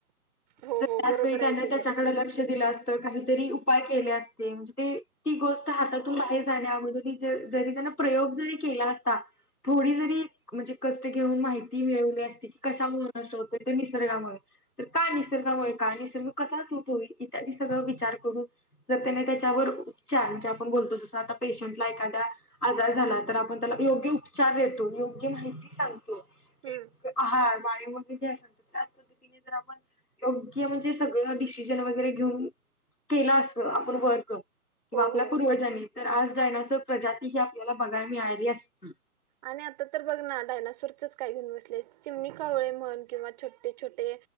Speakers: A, on the right (about 30°); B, on the left (about 85°).
A: हो
B: तर, त्याचवेेळी
A: हो बरोबर
B: त्याने
A: आहे तुझं
B: त्याच्याकडे, लक्ष दिलं असत. काहीतरी उपाय केले असते, म्हणजे ते ती, गोष्ट हातातून बाहेर जाण्या अगोदर, जरी त्यांना प्रयोग जरी केला असता, थोडी जरी... म्हणजे कष्ट घेऊन माहिती मिळवली असती... कशामुळं असं होतय.... तर निसर्गामुळे तर का निसर्गामुळे? काय... निसर्ग कसा <unintelligible> होईल इत्यादी सगळं विचार करून जर त्याने त्याच्यावर उपचार... म्हणजे आपण बोलतो जसं आता पेशंटला एखाद्या आजार झाला तर आपण त्याला योग्य उपचार देतो... योग्य माहिती सांगतो
A: हूं.
B: आहार... <unintelligible> किती असलं... तर त्याच पद्धतीने जर आपण योग्य म्हणजे... सगळं डिसिजन वगैरे घेऊन... केलं असतं... आपण वर्क किंवा
A: हो
B: आपल्या
A: हो
B: पूर्वजांनी.... तर आज डायनासोर प्रजाती ही आपल्याला बघायला मिळाली असती.
A: आणि आता तर बघ ना... डायनासोरचंच काय घेऊन बसले... चिमणी, कावळे म्हण... किंवा छोटे छोटे